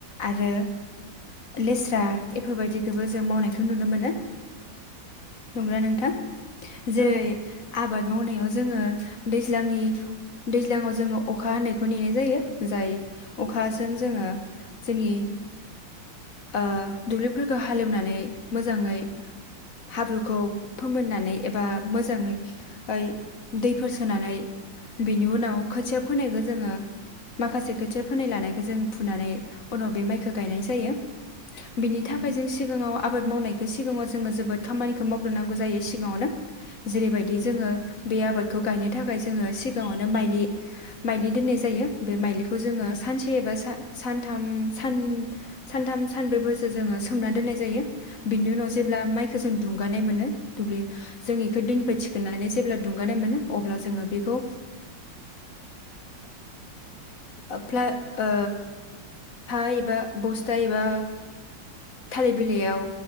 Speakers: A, on the left (about 55°); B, on the right (about 35°).
A: आरो लेस्रा एफोरबायदिखोबो जों मावनायखो नुनो मोनो नोंगौना नोंथां। जेरै।
B: औ
A: आबाद मावनायाव जोङो दैज्लांनि दैज्लाङाव जोङो अखा हनायखौ नेनाय जायो जाय अखाजों जोङो जोंनि ओ दुब्लिफोरखौ हालेवनानै मोजाङै हाब्रुखौ फोमोननानै एबा मोजाङै ओइ। दैफोर सोनानै बिनि उनाव खोथिया फोनायखौ जोंङो माखासे खोथिया फोनाय लानायखो जोङ फुनानै उनाव बे माइखो गायनाय जायो बिनि थाखाय
B: उम
A: जों सिगाङाव आबाद मावनायख सिगाङाव जोङो जोबोद खामानिखो मावग्रोनांगौ जायो सिगाङावनो जेरैबायदि जोङो। बे आबादखौ गायनो थाखाय जोङो सिगाङावनो माइलि माइलि दोननाय जायो। बे माइलिखौ जोङो सानसे एबा सा सानथाम सानथाम सानब्रैफोरसो जोङो सोमना दोननाय जायो। बिनि उनाव
B: उम
A: जेब्ला माइखो जों दुंगानाय मोनो। दुब्लि जों इखो दैनिफ्राय थिखोननानै जेब्ला दुंगानाय मोनो अब्ला जोङो बेखौ ओ प्ला ओ हा एबा बस्था एबा थालिर बिलाइयाव